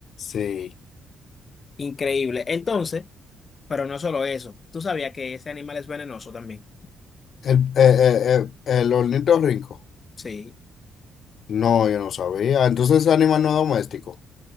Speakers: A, on the left (about 60°); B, on the left (about 35°).
A: Sí.
B: Increíble. Entonces, pero no solo eso. ¿Tú sabías que ese animal es venenoso también?
A: El, eh, eh, eh, el ornitorrinco.
B: Sí.
A: No, yo no sabía. Entonces es animal no doméstico.